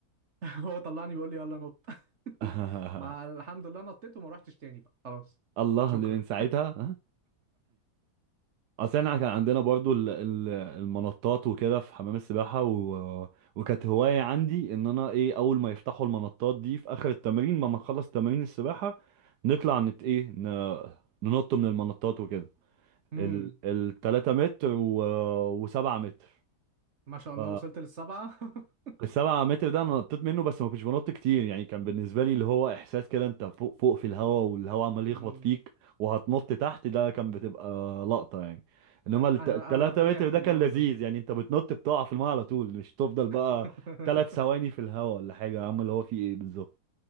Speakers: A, on the right (about 50°); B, on the right (about 75°).
A: <laughs> هو طلعني بيقول لي يلا نط <laughs>
B: <laughs>
A: ما الحمد لله نطيت وما روحتش تاني بقى خلاص
B: الله
A: شكرا
B: دي من ساعتها اصل احنا كان عندنا برضو ال- ال- المنطات وكده في حمام السباحه و... وكانت هوايه عندي ان انا ايه اول ما يفتحوا المنطات دي في اخر التمرين ما ما نخلص تمارين السباحه نطلع نت ايه ن... ننط من المنطات وكده
A: <laughs> امم
B: ال التلاتة متر و... وسبعة متر
A: ما شاء الله
B: ف
A: وصلت للسبعه <laughs>
B: السبعة متر ده انا نطيت منه بس ما كنتش بنط كتير يعني كان بالنسبة لي اللي هو احساس كده انت فوق فوق في الهوا والهوا عمال يخبط
A: امم
B: فيك وهتنط تحت ده كان بتبقى لقطة يعني انما
A: انا
B: الت- التلاتة
A: انا بترعب
B: متر ده
A: من
B: كان
A: الموضوع
B: لذيذ
A: ده
B: يعني انت بتنط بتقع في الماء على طول مش تفضل بقى
A: <laughs>
B: تلات ثواني في الهوا ولا حاجة يا عم اللي هو في ايه بالظبط